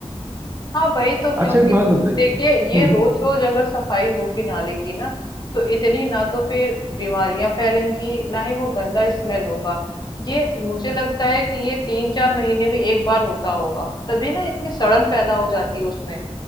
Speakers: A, on the left (about 40°); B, on the right (about 20°).
A: हाँ वही तो
B: अच्छा
A: क्योंकि
B: एक बात बताइए
A: देखिए ये
B: हम्म
A: रोज रोज अगर सफाई होगी नाले की ना तो इतनी ना तो फिर बीमारियां फैलेंगी ना ही वो गंदा स्मेल होगा ये मुझे लगता है कि ये तीन चार महीने में एक बार होता होगा तभी ना इतनी सड़न पैदा हो जाती है उसमें